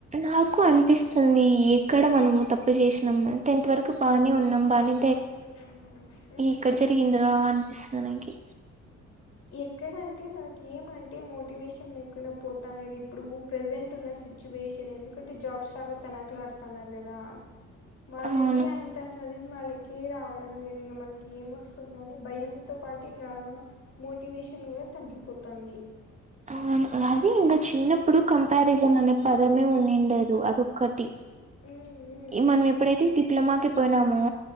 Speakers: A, on the right; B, on the left.
A: నాకు అన్పిస్తుంది ఎక్కడ మనము తప్పు జేష్నం టెన్త్ వరకు బానే ఉన్నం బానే
B: బానే చదువుకున్నం
A: ఈక్కడ జరిగింద్రా అన్పిస్తద్ నకి
B: ఎక్కడ అంటే మనకి ఏమంటే మోటివేషన్ లేకుండా పోతానేది ఇప్పుడు ప్రెజెంటున్న సిచ్యువేషన్ ఎందుకంటే జాబ్స్ రాకా తనఖ్ లాడతన్నారు గదా వాళ్ళకే
A: అవును
B: అంత సదివిన వాళ్ళకే రావడం లేదు ఇంగ మన కేమొస్తుందని భయంతో పాటు ఇంగా మోటివేషన్ గూడ తగ్గిపోతాంది
A: అవును అది ఇంగ చిన్నప్పుడు కంపారిజన్ అనే పదమే ఉంన్నిండదు అదొక్కటి
B: ఉ
A: ఇ మనం ఎప్పుడైతే డిప్లమాకి పోయినమో